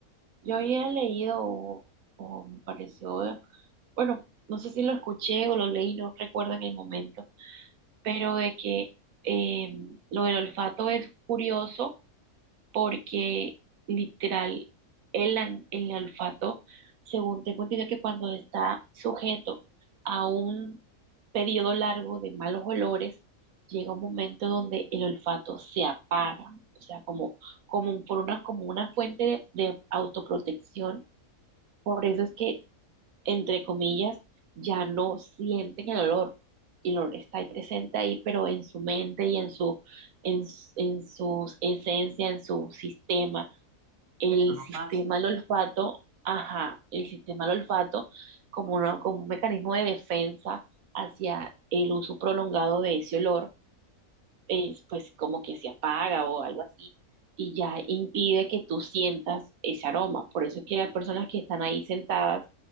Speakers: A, on the right (about 70°); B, on the right (about 50°).
A: yo había leído o, o me pareció, bueno, no sé si lo escuché o lo leí, no recuerdo en el momento, pero de que eh, lo del olfato es curioso porque literal el, an- el olfato, según tengo entendido que cuando está sujeto a un periodo largo de malos olores, llega un momento donde el olfato se apaga, o sea, como, como por una, como una fuente de, de autoprotección, por eso es que, entre comillas, ya no sienten el olor. y El olor está ahí presente ahí, pero en su mente y en su, en, s- en su esencia, en su sistema. El
B: eso no
A: sistema
B: pasa.
A: del olfato, ajá, el sistema del olfato como, una- como un mecanismo de defensa hacia el uso prolongado de ese olor es, pues como que se apaga o algo así y ya impide que tú sientas ese aroma. Por eso es que hay personas que están ahí sentadas